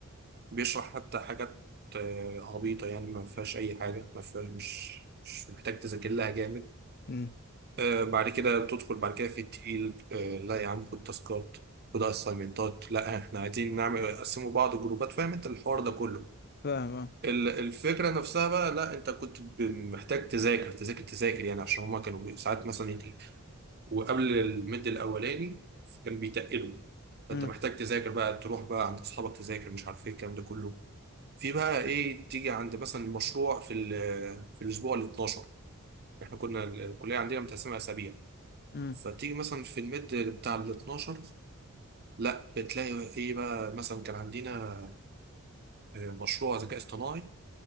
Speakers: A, on the right (about 50°); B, on the left (about 45°).
A: بيشرح حتى حاجات آه، عبيطة يعني ما فيهاش أي حاجة ما فيهاش مش مش محتاج تذاكر لها جامد
B: امم
A: آه، بعد كده بتدخل بعد كده في التقيل آه، لا يا عم خد تاسكات خد اسايمنتات لا احنا عايزين نعمل نقسموا بعض جروبات فاهم انت الحوار ده كله
B: فاهم
A: ال- الفكرة نفسها بقى لا انت كنت ب- محتاج تذاكر تذاكر تذاكر يعني عشان هما كانوا بي- ساعات مثلا يجي وقبل المد الأولاني كان بيتقلوا فانت
B: اه
A: محتاج تذاكر بقى تروح بقى عند اصحابك تذاكر مش عارف ايه الكلام ده كله في بقى ايه تيجي عند مثلا مشروع في ال- في الاسبوع ال 12 احنا كنا ال- الكليه عندنا متقسمه اسابيع
B: امم
A: فتيجي مثلا في الميد بتاع ال 12 لا بتلاقي ايه بقى مثلا كان عندنا آه، مشروع ذكاء اصطناعي